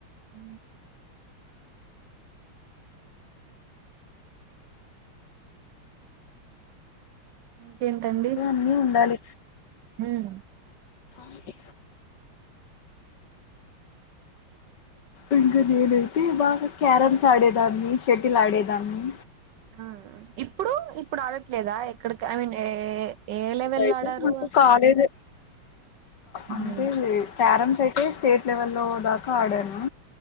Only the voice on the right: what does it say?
హ ఇంకేంటండి
ఉమ్
ఆ ఇప్పుడు ఇప్పుడు అడట్లేదా ఎక్కడికి I mean A A level
లో ఆడారు
ఉమ్